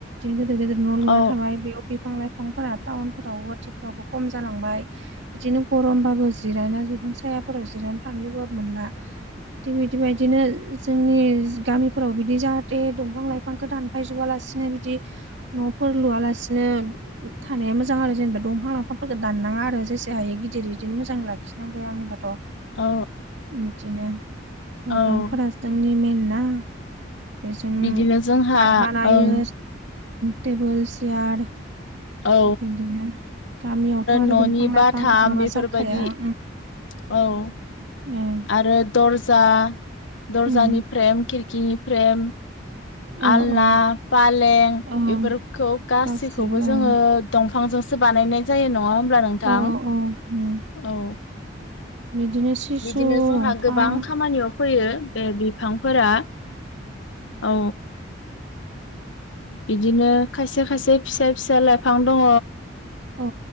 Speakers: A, on the right; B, on the left.
A: गोदोर-गोदोर न' लुना
B: औ
A: थाबाय बेयाव बिफां लाइफांफोरा टाउनफोराव गुवाहटिफोरावबो खम जालांबाय। बिदिनो गरमबाबो जिरायना बिफां सायाफोराव जिरायना थानो लुगैबाबो मोनला। थिग बिदिबायदिनो जोंनि गामिफोराव बिदि जाहाथे दंफां लाइफां दानफायजोबालासिनो बिदि न'फोर लुयालासिनो थानाया मोजां आरो जेनेबा दंफां लाांफांफोरखौ दाननाङा आरो जेसे हायो गिदिर इदिनो मोजां लाखिनांगो आंनिबाथ'
B: औ
A: बिदिनो दंफांफोरा
B: औ
A: जोंनि मइेन ना बेजों
B: बिदिनो जोंहा
A: कार्ट बानायो
B: ओं
A: टेबोल चेयार
B: औ
A: बिदिनो गामियावथ' आरो
B: न'नि
A: दंफां
B: बाथाम
A: लाइफां नङाबा
B: बेफोरबायदि
A: जाखाया
B: औ
A: उम
B: आरो दर्जा दर्जानि
A: उम
B: फ्रेम खिरखिनि फ्रेम।
A: औ
B: आलना
A: औ
B: पालें
A: ओं
B: बेफोरखौ गासैखौबो
A: गासिबो
B: जोङो
A: ओं
B: दंफांजोंसो बानायनाय जायो नङा होमब्ला नोंथां
A: औ औ उम
B: औ।
A: बिदिनो सि खिसु
B: बिदिनो जोंहा
A: दंफां
B: गोबां खामानियाव फैयो बे बिफांफोरा औ बिदिनो खायसे खायसे फिसा फिसा लाइफां दङ
A: अ